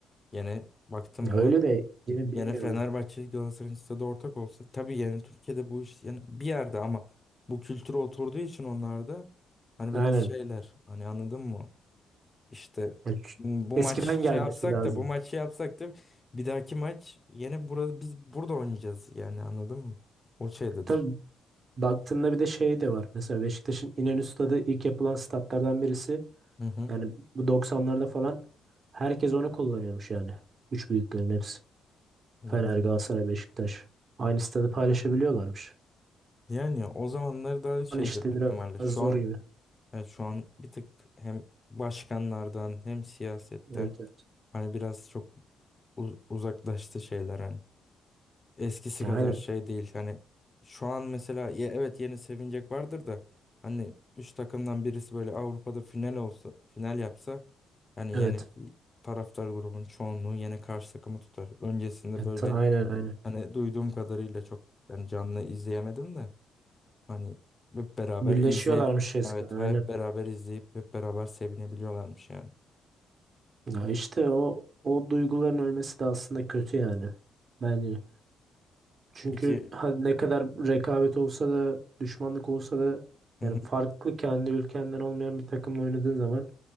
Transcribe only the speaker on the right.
Ya
öyle de yine bilmiyorum.
Aynen.
Ya ç-
eskiden
gelmesi
lazım.
Tabii baktığında bir de şey de var. Mesela Beşiktaş'ın İnönü Stadı ilk yapılan statlardan birisi.
Yani bu 90'larda falan herkes onu kullanıyormuş yani. Üç büyüklerin hepsi.
Fener, Galatasaray, Beşiktaş. Aynı stadı paylaşabiliyorlarmış.
Yani işte
biraz
zor
gibi.
Evet evet.
Ya
aynen.
Evet.
Ya
ta- aynen aynen.
Birleşiyorlarmış
eskiden
aynen.
Ya işte o o duyguların ölmesi de aslında kötü yani. Bence. Çünkü
hadi ne kadar rekabet olsa da düşmanlık olsa da
yani
farklı kendi ülkenden olmayan bir takımla oynadığın zaman